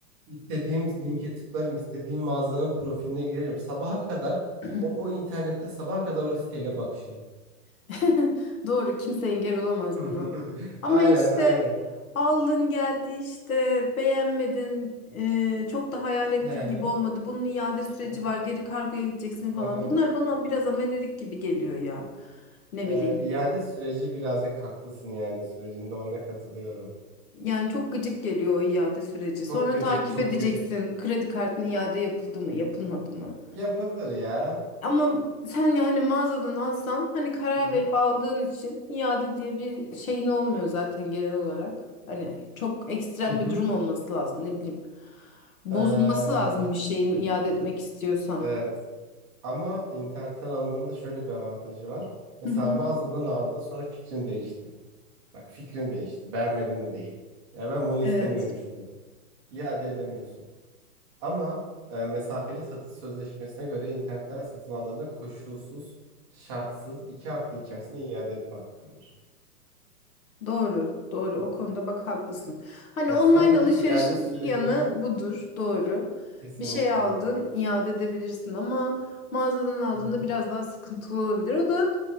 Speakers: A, on the right; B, on the left.
A: istediğim linke tıklarım, istediğim mağazanın profiline girerim. Sabaha kadar
B: <clears throat>
A: o, o internette sabaha kadar o siteyle bakışırım.
B: <laughs> Doğru kimse engel olamaz
A: <laughs>
B: buna. Ama
A: Aynen,
B: işte
A: aynen.
B: aldın geldi işte beğenmedin e, çok da hayal ettiğin
A: Hı hı,
B: gibi olmadı. Bunun iade süreci
A: hı hı,
B: var geri kargoya gideceksin falan.
A: hı hı.
B: Bunlar bana biraz amelelik gibi geliyor ya. Ne
A: Ee,
B: bileyim.
A: iade süreci birazcık haklısın iade sürecinde ona katılıyorum.
B: Yani çok gıcık geliyor o iade süreci.
A: Çok
B: Sonra
A: gıcık,
B: takip
A: çok
B: edeceksin.
A: gıcık.
B: Kredi kartının iade yapıldı mı, yapılmadı mı?
A: Yapılır ya.
B: Ama sen yani mağazadan alsan hani karar
A: Hı hı.
B: verip aldığın için iade diye bir şeyin olmuyor zaten genel olarak. Hani çok ekstrem
A: Hı hı.
B: bir durum olması lazım ne bileyim. Bozulması
A: Ee, hı
B: lazım
A: hı.
B: bir şeyin iade etmek istiyorsan.
A: evet. Ama internetten almanın da şöyle bir avantajı var. Mesela
B: Hı hı.
A: mağazadan aldın sonra fikrin değişti. Bak fikrin değişti. Beğenmedin de değil. Ya ben bunu istemiyormuşum
B: Evet.
A: dedim. İade edemiyorsun. Ama e, mesafeli satış sözleşmesine göre internetten satın aldığında koşulsuz, şartsız iki hafta içerisinde iade etme hakkın var.
B: Doğru, doğru. O konuda bak haklısın. Hani
A: Ha,
B: online
A: sen de
B: alışverişin
A: iade süreci
B: iyi yanı
A: Hı
B: budur, doğru.
A: kesinlikle.
B: Bir şey aldın, iade edebilirsin ama mağazadan aldığında
A: Hı hı.
B: biraz daha sıkıntılı olabilir. O da